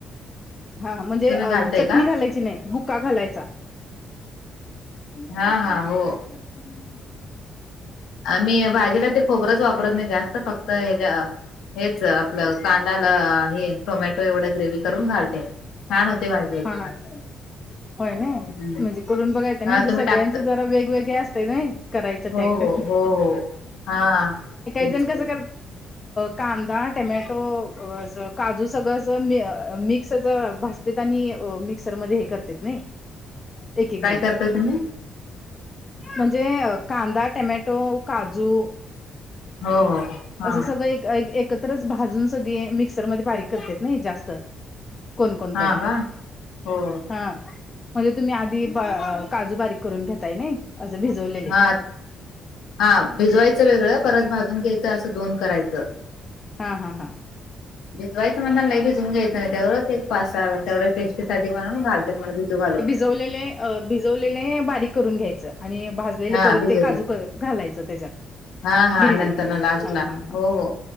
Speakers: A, on the left (about 30°); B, on the left (about 75°).
A: हा म्हणजे
B: तुम्ही
A: अ
B: घालताय
A: चटणी
B: का
A: घालायची नाही बुका घालायचा मी
B: हा
A: हे पण
B: हा हो
A: असलं करून
B: आम्ही भाजीला ते खोबरच वापरत नाही जास्त फक्त हच्या हेच आपलं कांदाला हे टोमॅटो एवढं ग्रेव करून घालते मी छान होते भाजी याची
A: हा
B: पण.
A: होय न
B: हम्म.
A: म्हणजे करून बघायचं
B: हा
A: नाही म्हणजे
B: तुम्ही
A: सगळ्यांचं
B: टाकता
A: जरा वेगवेगळे असत नाही करायच
B: हो
A: टॅक्टर
B: हो हो हो हा तेच
A: जण कसं कांदा टमॅटो काजू सगळ मिक्स भ आणि मिक्सर म कर नाही एक एक
B: काय
A: जण
B: करताय तुम्ही?
A: म्हणजे कांदा टमॅटो काजू
B: हो हो हा
A: असं सगळं एक एक तरच भाजून सगळे मिक्सरमध्ये बारीक करत नाही जास्त कोण कोणत
B: हा का हो
A: हा म्हणजे तुम्ही आधी काजू बारीक करून घेताय नय असं भिजवले
B: हा, हा भिजवायचं वेगळं परत भाजून घ्यायचं, असं दोन करायचं.
A: हा हा हा.
B: भिजवायचं म्हनता नई भिजून घ्यायचं कळल ते पासा तेवढ्या पेस्टीसाठी म्हणून घालते म्हणून भिजु घालून.
A: जवलेले भिजवलेले बारीक करून घ्यायच आणि भाजलेले
B: हा
A: परत
B: भिजवले
A: ते काजू घालायचं त्याच्यात.
B: हा हा
A: गिरवीत
B: नंतर ना लास्ट
A: हा
B: ला,
A: हा
B: हो हो